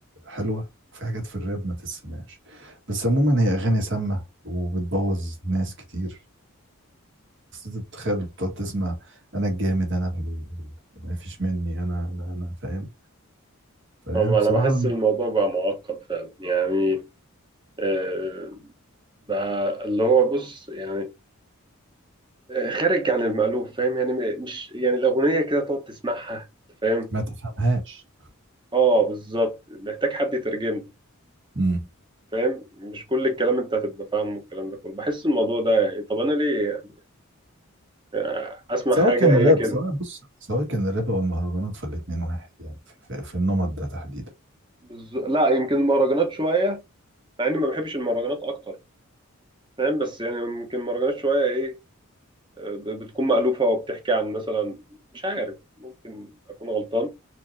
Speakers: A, on the right; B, on the right.
A: حلوة وفي حاجات في الراب ما تسمعش بس عموما هي أغاني سامة وبتبوظ ناس كتير تتخيل بتقعد تسمع أنا الجامد أنا ال- ما فيش مني أنا أنا أنا فاهم فهي
B: طبعا
A: بصراحة
B: انا بحس الموضوع بقى معقد فعلا يعني آه بقى اللي هو بص يعني آه، خارج عن المألوف فاهم يعني م- مش يعني الأغنية كده تقعد تسمعها أنت فاهم
A: ما تفهمهاش
B: اه بالظبط محتاج حد يترجم لك،
A: مم.
B: فاهم مش كل الكلام انت هتبقى فاهمه الكلام ده كله بحس الموضوع ده يعني طب انا ليه آه، اسمع
A: سواء
B: حاجة
A: كان
B: هي
A: الراب
B: كده
A: سواء بص سواء كان الراب أو المهرجانات فالاتنين واحد يعني في, في, في النمط ده تحديدا
B: بز... لا يمكن المهرجانات شويه مع اني ما بحبش المهرجانات اكتر فاهم بس يعني يمكن المهرجانات شويه ايه آه، ب- بتكون مألوفه وبتحكي عن مثلا مش عارف ممكن اكون غلطان